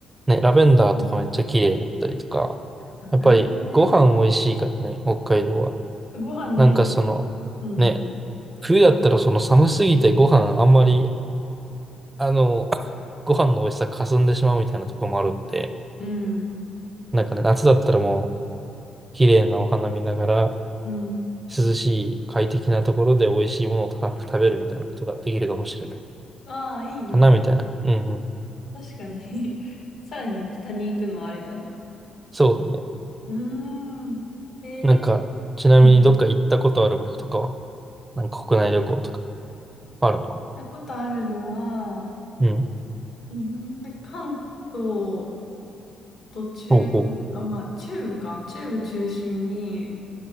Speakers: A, on the right (about 15°); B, on the left (about 60°).
A: ね、ラベンダーとかめっちゃ綺麗だったりとか。
B: うんあ、
A: やっぱり、
B: なるほどね。
A: ご飯美味しいからね、北海道は。
B: ご飯大事だわ。
A: なんかその、
B: うん、
A: ね、冬だったらその寒すぎてご飯あんまり、あの、ご飯の美味しさかすんでしまうみたいなところもあるって、
B: うん。うん。
A: なんかね、夏だったらもう、綺麗なお花見ながら、
B: うん。
A: 涼しい快適なところで美味しいものをたらふく食べるみたいなことができるかもしれない。
B: ああ、いいな。
A: かなみたいな。うんうん。
B: 確かに <laughs> さらに北に行くのはありだな。
A: そうだね。
B: うーん。えー、
A: なんか、ちなみにどっか行ったことある場所とかは、
B: うん。行っ
A: なんか国内旅行とかあるの
B: たことあるのは、
A: うん。
B: うん、で、関東と中部、
A: おうおう。
B: あ、まあ、中部か。中部中心に、